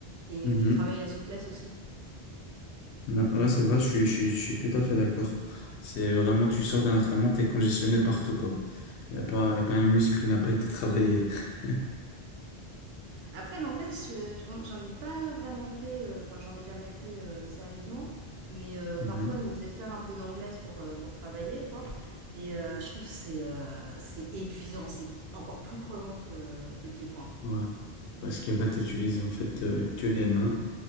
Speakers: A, on the right; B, on the left.
A: et
B: Mhm.
A: euh, tu travailles la souplesse aussi.
B: Ouais, ouais, c'est vrai, je suis, je suis, je suis tout à fait d'accord. C'est vraiment, tu sors d'un entraînement, t'es congestionné partout, quoi. Y a pas, y a pas un muscle qui n'a pas été travaillé. <laughs>
A: Après, l'anglaise, j'en ai pas vraiment fait, euh, enfin, j'en ai jamais fait euh, sérieusement, mais euh, parfois,
B: Mhm.
A: ils nous faisaient faire un peu d'anglaise pour, euh, pour travailler, quoi. Et euh, je trouve que c'est euh, c'est épuisant, c'est encore plus crevant que, que pied-point.
B: Ouais. Parce que là, t'utilises en fait euh, que les mains.